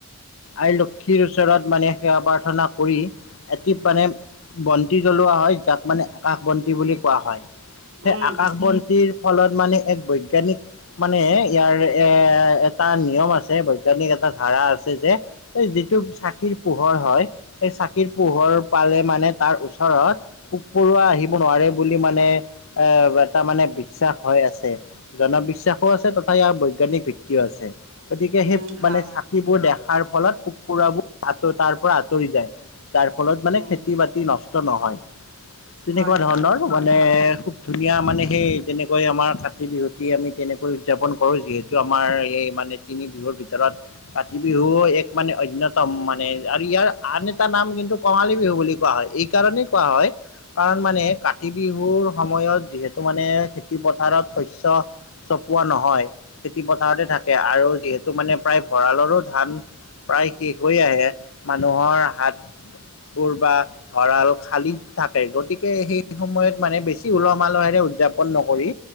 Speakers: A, on the left; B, on the right.
A: আই লক্ষীৰ ওচৰত মানে সেৱা প্ৰাৰ্থনা কৰি এটি মানে বন্তি জ্বলোৱা হয় যাক মানে আকাশ বন্তি বুলি কোৱা হয়। সেই
B: উম
A: আকাশ বন্তিৰ ফলত মানে এক বৈজ্ঞানিক মানে ইয়াৰ এ এটা নিয়ম আছে বৈজ্ঞানিক এটা ধাৰা আছে যে এই যিটো চাকিৰ পোহৰ হয় সেই চা চাকিৰ পোহৰ পালে মানে তাৰ ওচৰত পোক পৰুৱা আহিব নোৱাৰে বুলি মানে এটা মানে বিশ্বাস হৈ আছে জনবিশ্বাসো আছে তথাপি ইয়াৰ বৈজ্ঞানিক ভিত্তিও আছে। গতিকে সেই
B: উম হা
A: মানে চাকিবোৰ দেখাৰ ফলত পোক পোৰুৱা বোৰ তাৰ পৰা আঁতৰি যায়। যাৰ ফলত মানে
B: উম
A: খেতি বাতি নষ্ট নহয় তেনেকুৱা
B: হয়
A: ধৰণৰ
B: হয়
A: মানে খুব ধুনীয়া মানে সেই যেনেকৈ আমাৰ কাতি বিহুত আমি তেনেকৈ উৎযাপন কৰোঁ যিহেতু আমাৰ এই মানে তিনি বিহুৰ ভিতৰত কাতি বিহু এক মানে অন্যতম মানে আৰু ইয়াৰ আন এটা না নাম কিন্তু কঙালী বিহু বুলি কোৱা হয় এই কাৰণেই কোৱা হয় কাৰণ মানে কাতি বিহুৰ সময়ত ত' যিহেতু মানে খেতি পথাৰত শস্য, চপোৱা নহয়, খেতি পথাৰতে থাক এয়া আৰু যিহেতু মানে প্ৰায় ভঁৰালৰো ধান। প্ৰায় শেষ হৈ আহে, মানুহৰ হাত বোৰ বা ভঁৰাল খালি থাকে গতিকে সেই সময়ত মানে বেছি উলহ মলহেৰে উদযাপন নকৰি,